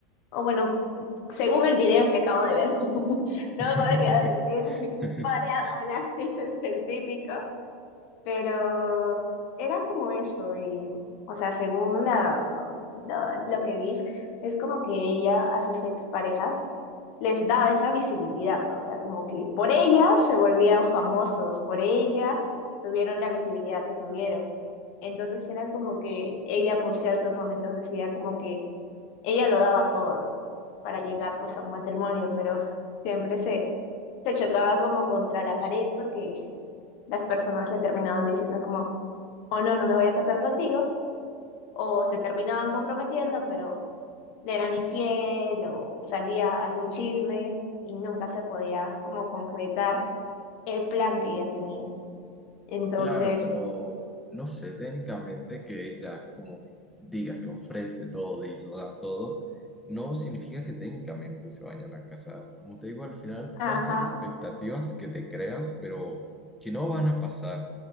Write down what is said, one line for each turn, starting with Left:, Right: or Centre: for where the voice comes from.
Left: O bueno, según el video que acabo de ver, <laughs> no
Centre: <laughs>
Left: podría decir, <laughs> podría hablar en específico, Pero era como eso, y, o sea, según la, la- lo que vi, es como que ella a sus exparejas les daba esa visibilidad, ¿no? O sea, como que por ella se volvían famosos, por ella tuvieron la visibilidad que tuvieron. Entonces era como que ella por ciertos momentos decía como que ella lo daba todo, ¿no? Para llegar pues a un matrimonio, pero siempre se, se chocaba como contra la pared porque las personas le terminaban diciendo como o no, no me voy a casar contigo, o se terminaban comprometiendo, pero le eran infiel o salía algún chisme y nunca se podía como concretar el plan que ella tenía. Entonces,
Centre: Claro, pero no sé, técnicamente que ella como que diga que ofrece todo y lo da todo, no significa que técnicamente se vayan a casar. Como te digo, al final
Left: ajá,
Centre: pueden ser expectativas que te creas, pero que no van a pasar.